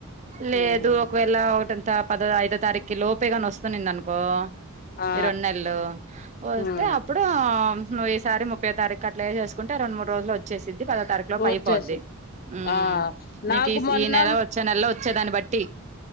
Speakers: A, on the right; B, on the left.
A: లేదు
B: హ్మ్
A: ఒకవేళ ఒకటంత పద ఐదో తారీఖి లోపేగాని వస్తనింది అనుకో
B: ఆ
A: ఈ రెండు నెలలు వస్తే
B: హ్మ్
A: అప్పుడు ఆంనువ్ ఈసారి ముప్పై యో తారీఖు కట్లగే చేసుంటే రెండు మూడు రోజులో వచ్చేసి చిద్ది పదో తారీఖు లోపు
B: వచ్చేసింది
A: అయిపోద్ది ఉమ్
B: ఆ నాకు
A: నీకు ఈ
B: మొన్న
A: ఈ నెల వచ్చే నెల్లో చ్చే దాన్ని బట్టి